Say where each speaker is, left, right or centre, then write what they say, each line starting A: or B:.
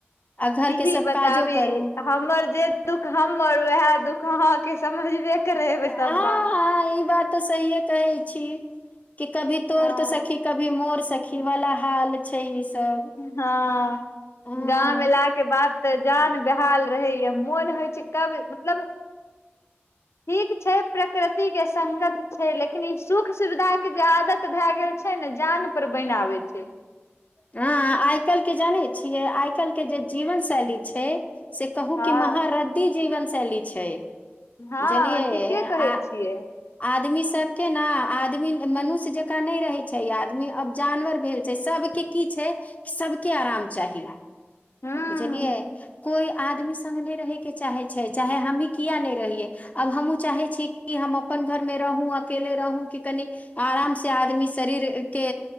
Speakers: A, on the left; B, on the left.
A: आ घर
B: किहि
A: के सब
B: बताबी
A: काजो करू
B: अ हमर जे दुःख हमर ओहै दुख अहाँकेँ समझबे करे हेबै सब
A: हँ
B: बात
A: ई बात तऽ सहिए कहै छी कि कभी तोर
B: हँ
A: तऽ सखी क भी मोर सखी वाला हाल छै सब
B: हँ
A: हँ
B: गाम एलाक के बात तऽ जान बेहाल रहैया मोन होइ छै कब मतलब ठीक छै प्रकृति के सगत छै लेकिन ई सुख सुविधा के जे आदत भए गेल छै ने जान पर बना आबै छै
A: हँ आइ काल्हि के जानै छियै आइ काल्हि के जे जीवन शैली छै से कहू
B: हँ
A: कि महहारद्दी जीवन शैली छै
B: हँ
A: बुझलियै
B: ठीके
A: आ
B: कहै छियै
A: आदमी सभ के ने आदमी मनुष्य जकाँ नय रहैत छै आदमी अब जानवर भेल छै सभके की छै सबके आराम चाही
B: हूँ
A: बुझलियै कोइ आदमी सङ्ग नय रहयके चाहै छै चाहे हमही किए नय रहियै आब हमहूँ चाहै छी कि हम अपन घरमे रहूँ अकेले रहू कि कनि आराम से आदमी शरीर के